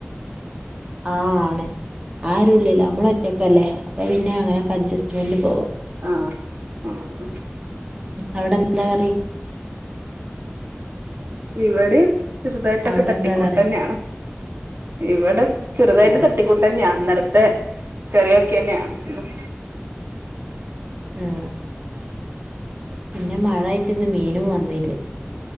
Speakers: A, on the right (about 25°); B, on the right (about 55°).
A: ആഹ് ആണ് ആരു ഇല്ലല്ലോ അമ്മള് ഒറ്റയ്ക്കല്ലേ അപ്പൊ പിന്നെ അങ്ങനൊക്കെ അഡ്ജസ്റ്റ്മെന്റ് പോവാ
B: ആഹ് ആഹ്
A: അവിടെന്താ കറി
B: ഇവിടെയും ചെറുതായിട്ടൊക്കെ
A: അവിടെ
B: തട്ടിക്കൂട്ടെന്നെയാണ്
A: എന്താ കറി
B: ഇവിടെ ചെറുതായിട്ട്
A: ഓ
B: തട്ടിക്കൂട്ടെന്നെയാ ഇന്നലും ത്തെ കറിയൊക്കെന്നെയാണ് ഇന്നും
A: മ് പിന്നെ മഴായിട്ട് ഇന്ന് മീനും വന്നില്ല.